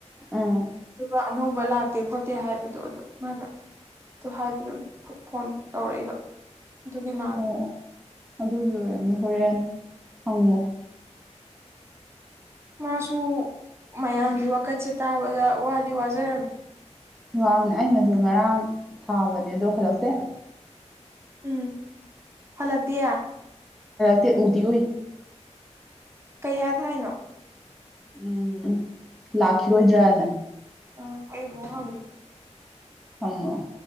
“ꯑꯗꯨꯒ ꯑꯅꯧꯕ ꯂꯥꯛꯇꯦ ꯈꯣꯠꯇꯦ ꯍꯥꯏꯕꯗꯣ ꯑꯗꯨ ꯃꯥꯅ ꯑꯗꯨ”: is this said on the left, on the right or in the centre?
Right